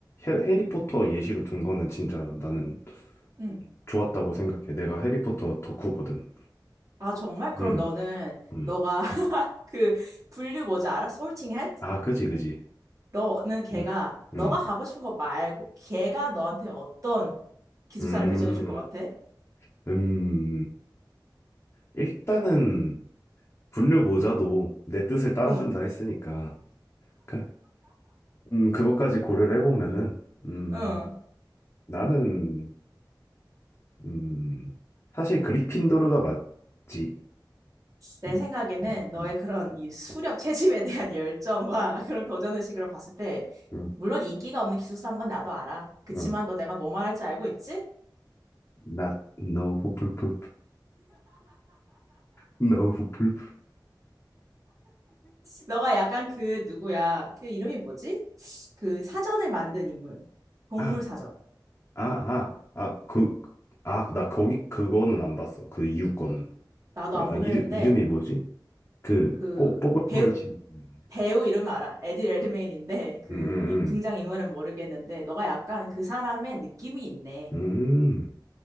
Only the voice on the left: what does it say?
해, 해리포터 예시로 든 거는 진짜 나는
좋았다고 생각해. 내가 해리포터 덕후거든.
음,
음.
아, 그지, 그지.
음,
음.
음,
음, 일단은 분류 모자도 내 뜻을 따라준다
했으니까, 그, 음, 그것까지 고려를 해보면은, 음,
나는, 음, 사실 그리핀도르가 맞지.
음,
음,
음,
음,
음.
Not, no, 후플프프, no, 후플프.
아,
아, 아, 아, 그, 아, 나 거기, 그거는 안 봤어. 그 이유 거는.
그,
아,
이름,
이름이 뭐지? 그,
뽀, 뽀글머리
친구. 있는데.
응, 응,
음,